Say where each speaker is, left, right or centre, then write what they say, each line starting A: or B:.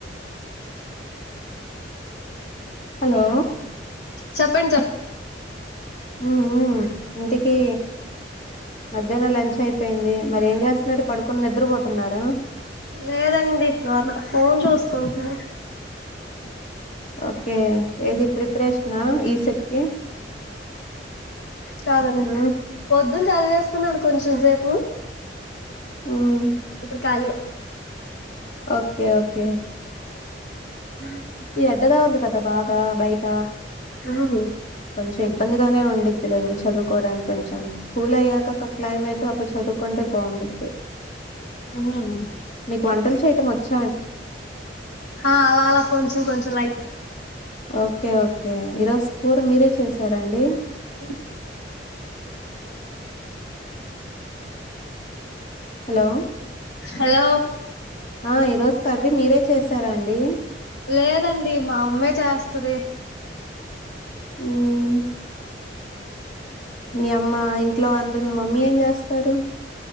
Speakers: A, on the left; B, on the left.
A: హలో
B: చెప్పండి చెప్
A: ఉ ఉమ్ ఇంతకీ మధ్యాహ్నం లంచ్ అయి పోయింది మరి ఏం చేస్తున్నారు పడుకుని నిద్రపోతున్నారా
B: లేదండి నార్మల్ ఫోన్ చూసుకుంటున్నను
A: ఓకే ఏది ప్రిపరేషనా ఈసెట్ కీ
B: కాదండి
A: హ్మ్.
B: పొద్దునన చదివేసుకున్నాను కొంచె చూసేపు
A: హ్మ్.
B: ఇప్పుడు ఖాళీయే
A: ఓకే ఓకే
B: బ్లాంక్
A: ఈ ఎండగా ఉంది కదా బాగా బయట
B: ఉమ్ ఉమ్
A: కొంచెం ఇబ్బందిగానే ఉండిద్ది లెండి చదువుకోడానికి కొంచెం కూల్ అయ్యాక ఒక క్లైమేట్ అప్పుడు చదువుకుంటే బాగుండిది
B: ఉమ్
A: మీకు వంటలు చేయటం వచ్చ
B: ఆ అలా అలా కొంచెం కొంచెం లైట్
A: ఓకే ఓకే ఈరోజు స్కూర మీరే చేసారండి
B: బ్లాంక్
A: హలో
B: హలో
A: ఆ ఈరోజు కర్రీ మీరే చేసారాండి
B: లేదండి మా అమ్మే చేస్తది
A: ఉమ్ మీ అమ్మ ఇంట్లో అందరు మీ మమ్మీ ఏం చేస్తారు